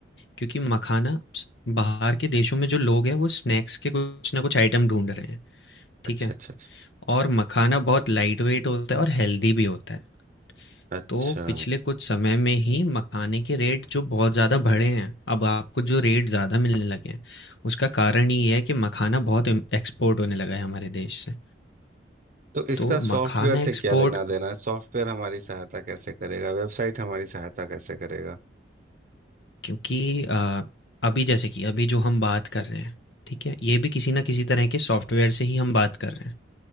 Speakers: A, on the left; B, on the right.
A: क्योंकि मखाना स- बाहर के देशों में जो लोग हैं वो स्नैक्स के कुछ ना कुछ आइटम ढूंढ रहे हैं ठीक
B: अच्छा
A: है
B: अच्छा अच्छा
A: और मखाना बहुत लाइट वेट होता है और हेल्दी भी होता है
B: अच्छा
A: तो पिछले कुछ समय में ही मखाने के रेट जो बहुत ज़्यादा बढ़े हैं अब आपको जो रेट ज़्यादा मिलने लगे हैं उसका कारण ये है कि मखाना बहुत एक्सपोर्ट होने लगा है हमारे देश से
B: तो इसका
A: तो
B: सॉफ्टवेयर
A: मखाना
B: से
A: एक्सपोर्ट
B: क्या लेना देना है सॉफ्टवेयर हमारी सहायता कैसे करेगा वेबसाइट हमारी सहायता कैसे करेगा
A: क्योंकि अ, अभी जैसे कि अभी जो हम बात कर रहे हैं ठीक है ये भी किसी ना किसी तरह के सॉफ्टवेयर से ही हम बात कर रहे हैं